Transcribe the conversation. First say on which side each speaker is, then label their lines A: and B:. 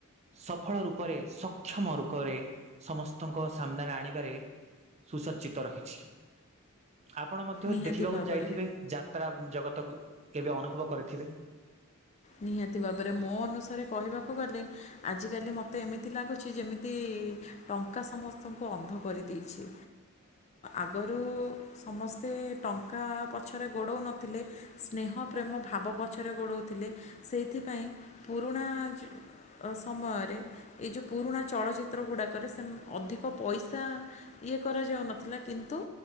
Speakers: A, on the right (about 30°); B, on the left (about 30°).
A: ସଫଳ ରୂପରେ, ସକ୍ଷମ ରୂପରେ, ସମସ୍ତଙ୍କ ସାମ୍ନାରେ ଆଣିବାରେ ସୁସଜ୍ଜିତ ରହିଛି। ଆପଣ ମଧ୍ୟ
B: ନିହାତି
A: ଦେଖିବାକୁ
B: ଭାବରେ।
A: ଯାଇଥିବେ, ଯାତ୍ରା ଜଗତକୁ କେବେ ଅନୁଭବ କରିଥିବେ।
B: ନିହାତି ଭାବରେ, ମୋ ଅନୁସାରେ କହିବାକୁ ଗଲେ ଆଜିକାଲି ମୋତେ ଏମିତି ଲାଗୁଚି, ଯେମିତି ଟଙ୍କା ସମସ୍ତଙ୍କୁ ଅନ୍ଧ କରିଦେଇଚି। ଆଗରୁ ସମସ୍ତେ ଟଙ୍କା ପଛରେ ଗୋଡ଼ଉ ନଥିଲେ ସ୍ନେହ ପ୍ରେମ ଭାବ ପଛରେ ଗୋଡ଼ଉଥିଲେ, ସେଇଥିପାଇଁ ପୁରୁଣା ଯୁ ସମୟରେ, ଏ ଯେଉଁ ପୁରୁଣା ଚଳଚ୍ଚିତ୍ର ଗୁଡ଼ାକରେ, ସେ ଅଧିକ ପଇସା ଇଏ କରାଯାଉନଥିଲା, କିନ୍ତୁ